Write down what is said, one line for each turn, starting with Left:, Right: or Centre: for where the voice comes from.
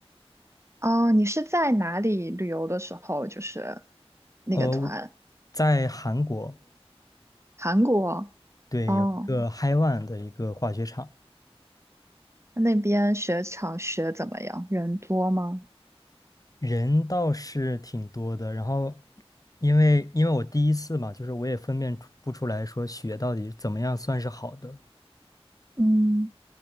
Right: 哦，你是在哪里旅游的时候，就是那个团，
Left: 呃，在韩国。
Right: 韩国，
Left: 对，
Right: 哦，
Left: 有一个嗨万的一个滑雪场，
Right: 那边雪场雪怎么样？人多吗？
Left: 人倒是挺多的。然后，因为因为我第一次嘛，就是我也分辨出不出来说雪到底怎么样算是好的。
Right: 嗯，